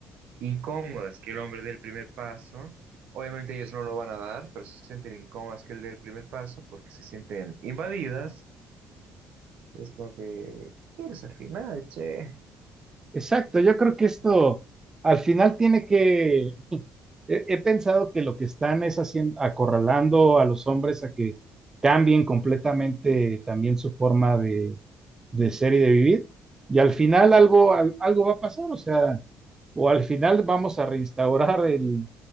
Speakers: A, on the right; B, on the right.
A: incómodas que el hombre dé el primer paso. Obviamente ellos no lo van a dar, pero se sienten incómodas que él dé el primer paso porque se sienten invadidas. Es como que, ¿qué quieres al final? Che,
B: Exacto, yo creo que esto al final tiene que, he, he pensado que lo que están es haciendo, acorralando a los hombres a que cambien completamente también su forma de, de ser y de vivir, y al final algo, al- algo va a pasar, o sea, o al final vamos a reinstaurar el,